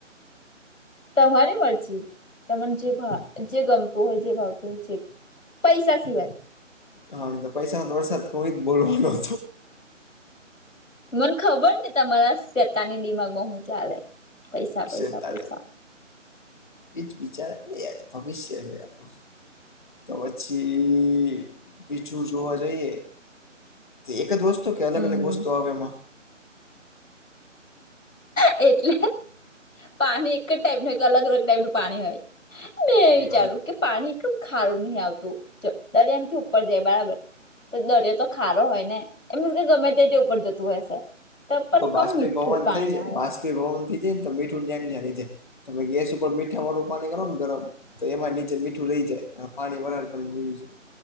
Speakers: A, on the left; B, on the left.
A: તમારી મરજી તને જે ભ જે ગમતું હોય જે ભાવતું હોય જે પૈસા સિવાય.
B: હા તો પૈસા વરસા કોઈ જ બોલવાનો.
A: મને ખબર ને તમારા સેતાની દિમાગમાં હું ચાલે પૈસા
B: સતા
A: પૈસા પૈસા
B: એજ વિચાર નહી યાર ભવિષ્ય છે આપણું. તો પછી બીછું જોવા જઈએ એક જ વસ્તુ કે અલગ
A: હમ
B: અલગ વસ્તુ આવે એમાં.
A: એટલે પાણી એક જ ટાઈપનું હોય અલગ અલગ ટાઈપ નું પાણી હોય મેં વિચારું
B: જ
A: કે પાણી એક ખારું નહ આવતું તરે એમથી ઉપર જાય બરાબર. તો દરિયો તો ખારો હોય ને એમીસ કે ગમે તે તે ઉપર જતું હશે. પણ
B: તો
A: કમ
B: બાષ્પી
A: મીઠું
B: ભવન
A: જ પાણી
B: થઈ જાય
A: આવે
B: બાષ્પી ભવન થઈ જાય ને તો મીઠું ન્યા <unintelligible> જી જાય. તમે ગેસ ઉપર મીઠા વાળું પાણી કરો ને ગરમ? તો એમાં નીચે મીઠું રહી જાય, ને પાણી વરાળ બનીન વયું જાય.